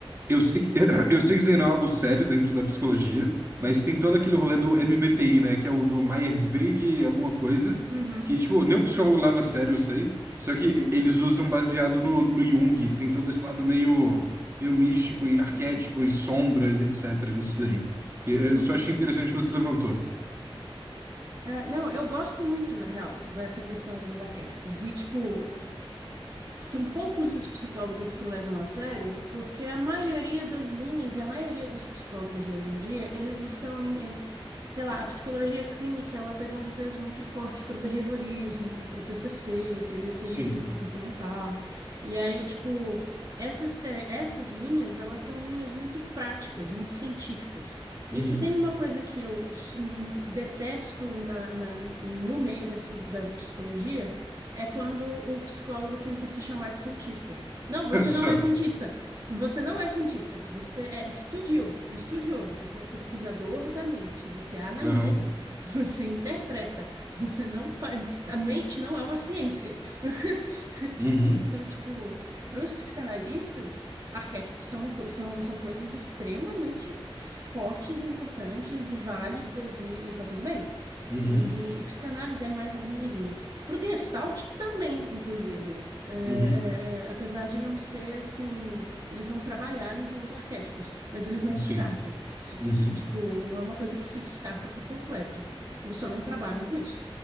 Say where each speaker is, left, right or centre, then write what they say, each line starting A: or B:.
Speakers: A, on the right; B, on the right.
A: Eu sei que, <clears throat> eu sei que isso aí não é algo sério dentro da psicologia, mas tem todo aquele rolê do MBTI, né? Que é o do Myers-Briggs, alguma coisa,
B: Uhum,
A: que, tipo, nem o psicólogo leva a sério, eu sei. Só que eles usam baseado no, no Jung, tem todo esse lado meio, meio místico e arquétipo
B: sim,
A: e sombra e etc. nisso daí. E Eu
B: sim.
A: só achei interessante que você levantou.
B: É, não, eu gosto muito, na real, dessa questão dos arquétipos. E, tipo, são poucos os psicólogos que levam a sério, porque a maioria das linhas e a maioria dos psicólogos hoje em dia, eles estão indo sei lá, a psicologia clínica, ela pegou um peso muito forte pro behaviorismo, pro TCC, teoria cognitivo-comportamental.
A: Sim.
B: E aí, tipo, essas, te- essas linhas, elas são linhas muito práticas, muito científicas.
A: Uhum.
B: E se tem uma coisa que eu s- n- detesto na, na- no meio da, fil- da psicologia, é quando o psicólogo tenta se chamar de cientista. Não, você
A: <laughs> Só.
B: não é cientista. Você não é cientista, você é estudio- estudioso, você é pesquisador da mente, você é analista,
A: Aham.
B: você <laughs> interpreta, você não faz. A mente não é uma ciência. <laughs>
A: Uhum.
B: Então, tipo, para os psicanalistas, arquétipos são, uma, co- são, são coisas extremamente fortes, importantes e válidas, e, e tá tudo bem.
A: Uhum.
B: E, e psicanálise é mais a minha linha. Pro Gestalt também, inclusive. É,
A: Uhum.
B: é, é, apesar de não ser assim, eles não trabalharem com os arquétipos, mas eles não
A: Sim.
B: descartam. Se-
A: Uhum.
B: se- tipo, não é uma coisa que se descarta por completo. Eles só não trabalham com isso.